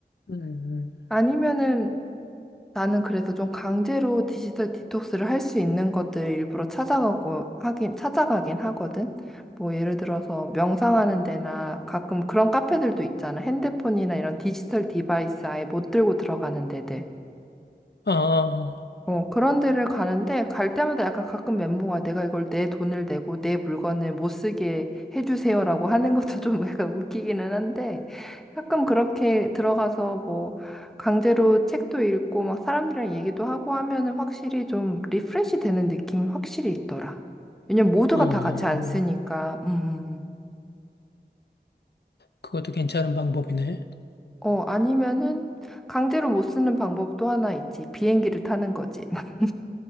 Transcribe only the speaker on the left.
음,
어, 어,
어.
그것도 괜찮은 방법이네.